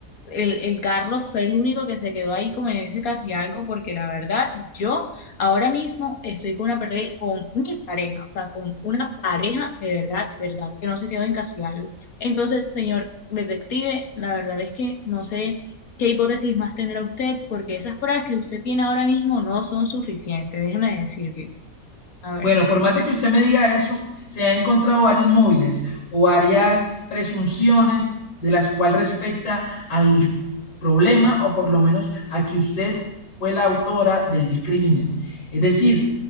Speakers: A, on the left; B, on the left.
A: el, el carro fue el único que se quedó ahí como en ese casi algo, porque la verdad, yo ahora mismo estoy con una pare- con mi pareja, o sea, con una pareja de verdad, verdad, que no se quedó en casi algo. Entonces, señor detective, la verdad es que no sé qué hipótesis más tendrá usted, porque esas pruebas que usted tiene ahora mismo no son suficientes, déjeme decirle. A
B: Bueno,
A: ver.
B: por más de que usted me diga eso, se han encontrado varios móviles o varias presunciones de las cuales respecta al problema o por lo menos a que usted fue la autora del crimen. Es decir,